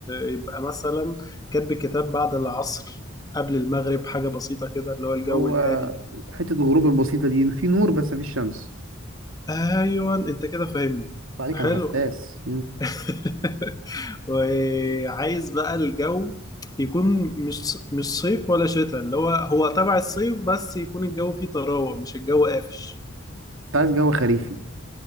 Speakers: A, on the left; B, on the right.
A: يبقى مثلا كاتب كتاب بعد العصر قبل المغرب حاجة بسيطة كده اللي هو الجو
B: هو
A: الهادي ده
B: حته الغروب البسيطه دي في نور بس مفيش شمس
A: أيوة أنت كده فاهمني
B: طب عليك
A: حلو
B: انا حساس
A: <laughs> وعايز بقى الجو يكون مش مش صيف ولا شتاء اللي هو هو تبع الصيف بس يكون الجو فيه طراوة مش الجو قافش
B: انت عايز جو خريفي